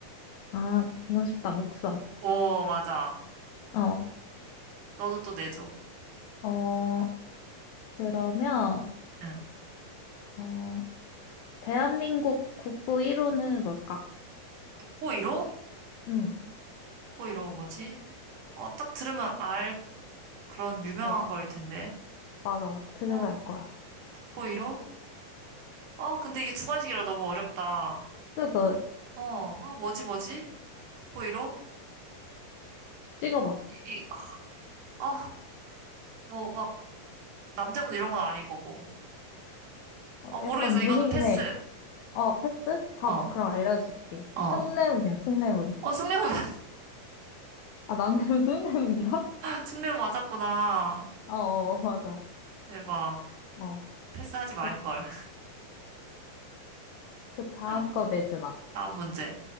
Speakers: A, on the left (about 80°); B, on the right (about 70°).
A: 아, 이건 쉽다. 목성.
B: 오, 맞아.
A: 어.
B: 너도 또 내줘.
A: 어, 그러면,
B: 응.
A: 어, 대한민국 국부 1호는 뭘까?
B: 호이로?
A: 응,
B: 호이로가 뭐지? 어, 딱 들으면 알 그런 유명한
A: 어,
B: 거일 텐데.
A: 맞아. 들으면
B: 아,
A: 알 거야.
B: 북보이로? 아, 근데 이게 주관식이라 너무 어렵다.
A: 그죠?
B: 어, 아, 뭐지, 뭐지? 북보이로?
A: 찍어봐.
B: 이, 아, 뭐, 막, 남대문 이런 건 아닐 거고.
A: 어,
B: 어, 모르겠어.
A: 약간
B: 이거는
A: 문이긴
B: 패스.
A: 해. 어, 패스? 답
B: 어,
A: 그럼 알려줄게.
B: 어.
A: 숭례문이야, 숭례문.
B: 어, 숭례문, <laughs>
A: 아, 남대문 <laughs> 숭례문인가?
B: 숭례문 맞았구나.
A: 어, 어, 맞아.
B: 대박.
A: 어,
B: 패스하지 말걸.
A: 됐다. 그 다음
B: <laughs>
A: 거 내주라.
B: 다음 문제.